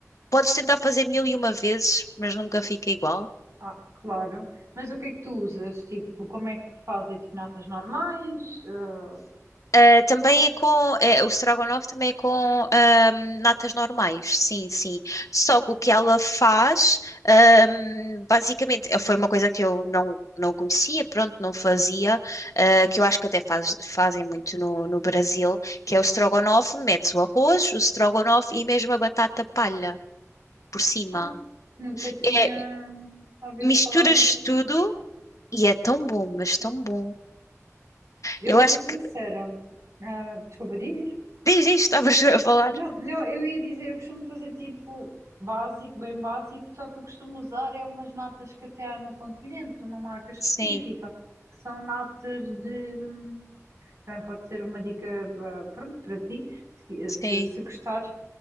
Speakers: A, on the left (about 75°); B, on the right (about 65°).
A: Podes tentar fazer mil e uma vezes, mas nunca fica igual.
B: Ah, claro. Mas o que é que tu usas? Tipo, como é que fazes? É tipo natas normais? ah,
A: Ah, também é com, é, o strogonoff também é com ahm, natas normais, sim, sim. Só que o que ela faz, ahm, basicamente, eh, foi uma coisa que eu não, não conhecia, pronto, não fazia, ah, que eu acho que até faz- fazem muito no, no Brasil, que é o strogonoff, metes o arroz, o strogonoff e mesmo a batata palha por cima.
B: ah, nunca tinha
A: É,
B: hum, ouvido
A: misturas
B: falar disso.
A: tudo e é tão bom, mas tão bom.
B: Eu
A: Eu
B: vou
A: acho
B: ser sincera.
A: que
B: Ah, desculpa, dizes?
A: desde isto <laughs> estavas a falar.
B: Não, não, eu ia dizer, eu costumo fazer tipo básico, bem básico, só que eu costumo usar é umas natas que até há no continente, de uma marca específica,
A: Sim,
B: que são natas de. hum, Também pode ser uma dica, ah, pronto, para ti se,
A: sim.
B: se, se gostares,